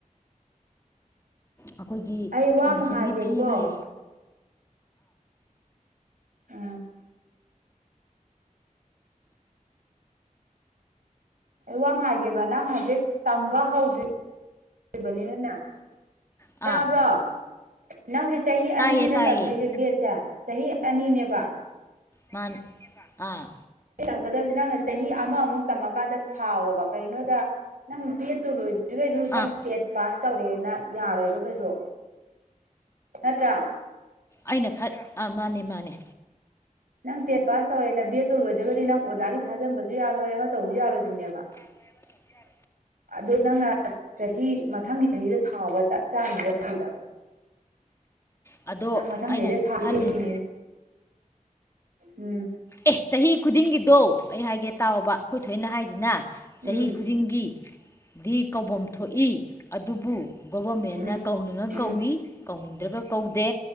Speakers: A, on the left; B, on the right.
A: ꯑꯩꯈꯣꯏꯒꯤ
B: ꯑꯩ
A: ꯑꯦꯠꯃꯤꯁꯟꯒꯤ
B: ꯋꯥ ꯑꯃ ꯍꯥꯏꯒꯦꯕꯀꯣ
A: ꯐꯤꯒꯤ
B: ꯎꯝ ꯑꯗꯨ ꯌꯥꯝ ꯍꯥꯏꯒꯦꯕ ꯅꯪ ꯍꯧꯖꯤꯛ ꯇꯝꯕ ꯍꯧꯗ꯭ꯔꯤ ꯂꯩꯕꯅꯤꯅꯅ
A: ꯑꯥ
B: ꯇꯥꯕ꯭ꯔꯣ ꯅꯪꯁꯦ ꯆꯍꯤ
A: ꯇꯥꯏꯌꯦ
B: ꯑꯅꯤꯅꯤꯅ
A: ꯇꯥꯏꯌꯦ
B: ꯇꯝꯗꯣꯏꯁꯦ ꯕꯦꯠꯁꯦ ꯆꯍꯤ ꯑꯅꯤꯅꯦꯕ
A: ꯃꯥꯅꯦ ꯑꯥ
B: ꯇꯝꯒꯗꯕꯁꯦ ꯅꯪꯅ ꯆꯍꯤ ꯑꯃꯃꯨꯛ ꯇꯝꯃꯀꯥꯟꯗ ꯊꯥꯎꯑꯣꯕ ꯀꯩꯒꯤꯅꯣꯗ ꯅꯪ ꯗꯦꯠꯇꯨ ꯂ ꯑꯗꯨꯖꯤꯛ ꯀꯩꯁꯨ
A: ꯑꯥ
B: ꯅꯪ ꯇꯦꯠ ꯄꯥꯁ ꯇꯧꯔꯦꯅ ꯌꯥꯔꯣꯏꯕ ꯀꯩꯁꯨ ꯅꯠꯇ꯭ꯔꯥ
A: ꯑꯩꯅ ꯈꯛ ꯃꯥꯅꯦ ꯃꯥꯅꯦ
B: ꯅꯪ ꯇꯦꯠ ꯄꯥꯁ ꯇꯧꯔꯦꯅ ꯕꯤꯗꯠꯇꯨ ꯂꯣꯏꯗ꯭ꯔꯒꯗꯤ ꯅꯪ ꯑꯣꯖꯥꯒꯤ ꯊꯥꯖꯟꯕꯁꯨ ꯌꯥꯔꯣꯏ ꯑꯃ ꯇꯧꯕꯁꯨ ꯌꯥꯔꯣꯏꯗꯣꯏꯅꯦꯕ
A: ꯆ
B: ꯑꯗꯨ ꯅꯪꯅ ꯆꯍꯤ ꯃꯊꯪꯒꯤ ꯆꯍꯤꯗ ꯊꯥꯎꯕ ꯆꯠ ꯆꯥꯅꯤꯕ ꯑꯗꯨꯗ
A: ꯑꯗꯣ
B: ꯅꯪ ꯃꯊꯪ
A: ꯑꯩꯅ
B: ꯆꯍꯤꯗ ꯊꯥꯗ꯭ꯔꯤꯅꯦ
A: ꯈꯜꯂꯤ
B: ꯎꯝ
A: ꯑꯦ ꯆꯍꯤ ꯈꯨꯗꯤꯡꯒꯤꯗꯣ ꯑꯩ ꯍꯥꯏꯒꯦ ꯇꯥꯎꯕ ꯑꯩꯈꯣꯏ ꯊꯣꯏꯅ ꯍꯥꯏꯁꯤꯅ
B: ꯎꯝ
A: ꯆꯍꯤ ꯈꯨꯗꯤꯡꯒꯤ ꯗꯤ ꯀꯧꯕꯐꯝ ꯊꯣꯛꯏ ꯑꯗꯨꯕꯨ ꯒꯣꯕꯔꯃꯦꯟꯅ
B: ꯎꯝ ꯎꯝ
A: ꯀꯧꯅꯤꯡꯉ
B: ꯎꯝ
A: ꯀꯧꯏ ꯀꯧꯅꯤꯡꯗ꯭ꯔꯒ ꯀꯧꯗꯦ